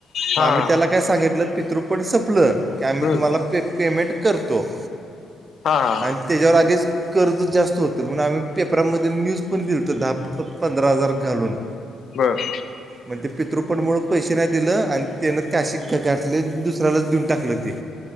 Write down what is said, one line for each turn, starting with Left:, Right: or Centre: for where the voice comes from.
Left: हा
Right: मग आम्ही त्याला काय सांगितलं पितृ पट संपलं. की आम्ही
Left: हम्म
Right: तुम्हाला पे पेमेंट करतो
Left: हा हा
Right: आणि त्याच्यावर आधीच कर्ज जास्त होतं म्हणून आम्ही पेपरा मध्ये न्यूज पण दिलतं दहा-पंधरा हजार घालून.
Left: बरं!
Right: अण ते पितृपटमुळे पैसे नाही दिलं आणि त्यानं काशीत का घातले दुसऱ्यालाच देऊन टाकलं ते.